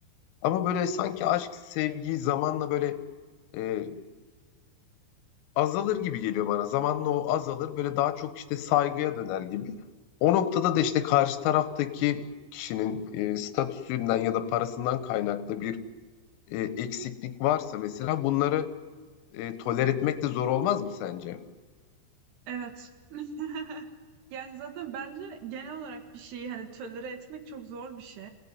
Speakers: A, on the left (about 85°); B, on the right (about 65°).
A: Ama böyle sanki aşk, sevgi zamanla böyle e, azalır gibi geliyor bana. Zamanla o azalır böyle daha çok işte saygıya döner gibi. O noktada da işte karşı taraftaki kişinin e, statüsünden ya da parasından kaynaklı bir e, eksiklik varsa mesela bunları e, toler etmek de zor olmaz mı sence?
B: Evet. <laughs> Yani zaten bence genel olarak bir şeyi hani tölere etmek çok zor bir şey.